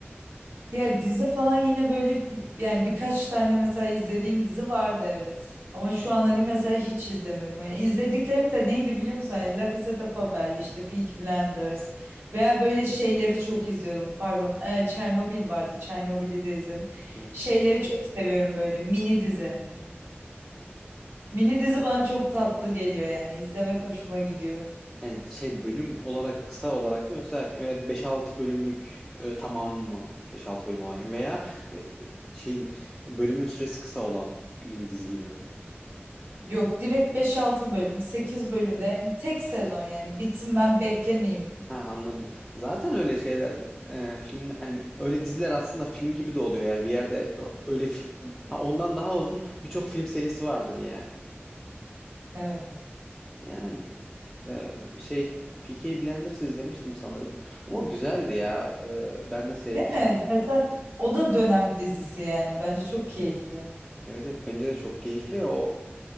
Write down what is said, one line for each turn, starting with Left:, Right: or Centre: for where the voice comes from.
Right: Ya dizi falan yine böyle yani birkaç tane mesela izlediğim dizi vardı evet. Ama şu an hani mesela hiç izlemiyorum. Yani izlediklerim de neydi biliyor musun? Yani La Casa de Papel, işte Peaky Blinders veya böyle şeyleri çok izliyordum. Pardon, e, Çernobil vardı. Çernobil'i de izledim.
Centre: Evet.
Right: Şeyleri çok seviyorum böyle mini dizi. Mini dizi bana çok tatlı geliyor yani izlemek hoşuma gidiyor.
Centre: Yani şey bölüm olarak kısa olarak mı yoksa evet 5-6 bölümlük e, tamam mı? beş altı bölüm olan veya e, şeyin bölümün süresi kısa olan mini dizi gibi mi?
Right: Yok direkt beş altı bölüm, 8 bölümde yani tek sezon yani bitsin ben beklemeyeyim.
Centre: Ha, anladım. Zaten öyle şeyler e, film yani öyle diziler aslında film gibi de oluyor yani bir yerde ö- öyle fi- ha, ondan daha uzun birçok film serisi vardır yani.
Right: Evet.
Centre: Yani e, şey Peaky Blinders'ı izlemiştim sanırım ama o güzeldi ya E, ben de sevmiştim.
Right: Değil mi? Mesela o da dönem dizisi yani. Bence çok keyifli.
Centre: Evet evet bence de çok keyifli o